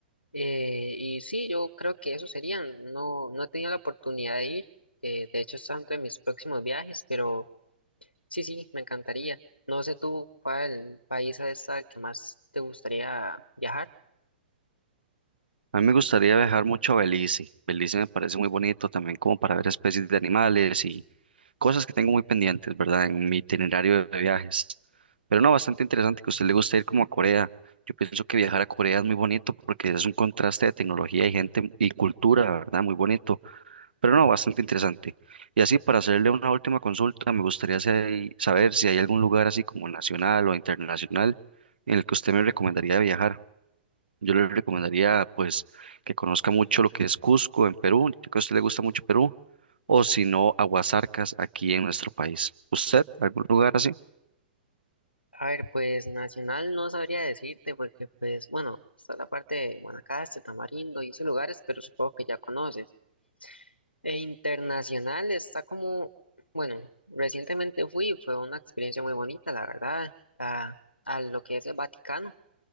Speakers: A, on the left; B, on the right.
A: Eh, y sí, yo creo que eso serían. No, no he tenido la oportunidad de ir. eh, de hecho, está dentro de mis próximos viajes, pero sí, sí, me encantaría. No sé tú cuál país es el que más te gustaría viajar.
B: A mí me gustaría viajar mucho a Belice. Belice me parece muy bonito también como para ver especies de animales y cosas que tengo muy pendientes, ¿verdad? En mi itinerario de viajes. Pero no, bastante interesante que a usted le guste ir como a Corea. Yo pienso que viajar a Corea es muy bonito porque es un contraste de tecnología y gente y cultura, ¿verdad? Muy bonito. Pero no, bastante interesante. Y así, para hacerle una última consulta, me gustaría sa- saber si hay algún lugar así como nacional o internacional en el que usted me recomendaría viajar. Yo le recomendaría, pues, que conozca mucho lo que es Cusco en Perú, ya que a usted le gusta mucho Perú, o si no, Aguasarcas aquí en nuestro país. ¿Usted, algún lugar así?
A: A ver, pues nacional no sabría decirte porque, pues, bueno, está la parte de Guanacaste, Tamarindo y esos lugares, pero supongo que ya conoces. E internacional está como, bueno, recientemente fui, fue una experiencia muy bonita, la verdad, a, a lo que es el Vaticano.